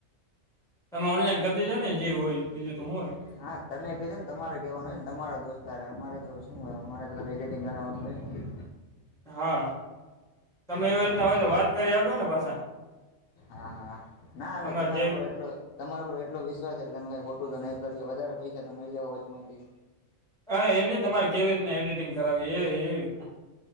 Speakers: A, in the centre; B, on the left.
A: તમે ઓનલાઈન કર દેજો ને જે હોય ઈ, બીજું તો હું હોય.
B: હા. તમે કેજો ને તમારે કહેવાનું હોય ને, તમારો દોસ્તાર હે, અમારે તો શું હોય, અમારે તો ખાલી એડિટિંગ કરાવવાનું હોય ને.
A: હા. તમે એવી
B: ને
A: રીતના હોય તો વાત કરી હકો ને પાછા.
B: હા, હા, ના હવે
A: તમારે
B: તમારો
A: જે
B: ઉપર એટલો તમારા ઉપર એટલો વિશ્વાસ હે કે તમે કાઈ ખોટું તો નહીં કર્યો, વધારે પૈસા તો નહીં લેવો વચમાંથી.
A: હા એની તમારે કેવી રીતના એડિટિંગ કરાવવી એ એવી રીતના